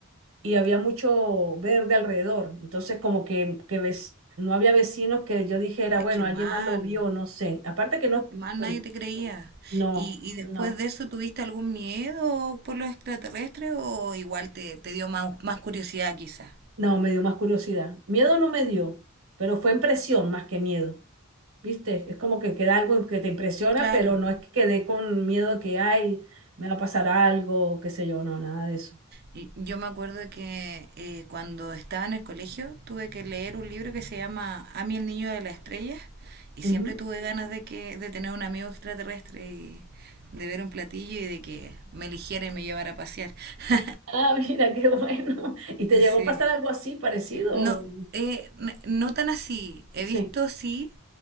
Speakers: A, on the right; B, on the right.
A: y había mucho verde alrededor. Entonces, como que, que ves, no había vecinos que yo dijera,
B: Ay,
A: bueno,
B: qué
A: alguien
B: mal,
A: más lo vio, no sé. Aparte que no,
B: qué mal,
A: bueno,
B: nadie te creía.
A: no,
B: ¿Y, y después
A: no,
B: de eso tuviste algún miedo por los extraterrestres o igual te, te dio más, más curiosidad quizás?
A: no, me dio más curiosidad. Miedo no me dio, pero fue impresión más que miedo. ¿Viste? Es como que queda algo que te impresiona,
B: Claro.
A: pero no es que quedé con miedo de que, ay, me va a pasar algo, qué sé yo, no, nada de eso.
B: Y Yo me acuerdo que eh, cuando estaba en el colegio tuve que leer un libro que se llama Amy el niño de las estrellas y
A: Ujú.
B: siempre tuve
A: <laughs>
B: ganas de que de tener un amigo extraterrestre y de ver un platillo y de que me eligiera y me llevara a pasear. <laughs>
A: Ah, mira, qué bueno. <laughs> ¿Y te llegó
B: Sí.
A: a pasar algo así parecido?
B: No, eh, n- no tan así. He
A: Sí,
B: visto sí,